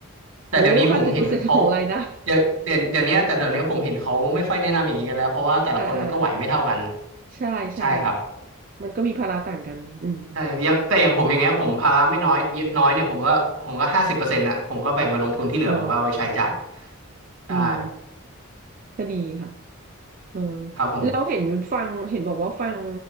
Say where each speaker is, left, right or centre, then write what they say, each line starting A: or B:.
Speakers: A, on the right; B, on the right.
A: แต่เดี๋ยวนี้ผมเห็นเขา
B: โอ้ห้าสิบเปอร์เซ็นต์ของรายได้
A: เดี๋ยวเดี๋ยวเดี๋ยวนี้แต่เดี๋ยวนี้ผมเห็นเขาไม่ค่อยแนะนำอย่างนี้กันแล้วเพราะว่าแต่ละคนมันก็ไหวไม่เท่ากัน
B: อ่าอ่าใช่ใช่
A: ใช่ครับ
B: มันก็มีภาระต่างกันอืม
A: ใช่อยังแต่อย่างผมอย่างเงี้ยผมภาระไม่น้อยเยอะน้อยเนี่ยผมก็ผมก็ห้าสิบเปอร์เซ็นต์ะผมก็แบ่งไปลงทุนที่เหลือผมก็เอาไปใช้จ่าย
B: อ๋อ
A: ใช่
B: อืม ก็ดีค่ะเออ
A: ครับผม
B: แล้วเห็นฟังเห็นบอกว่าฟัง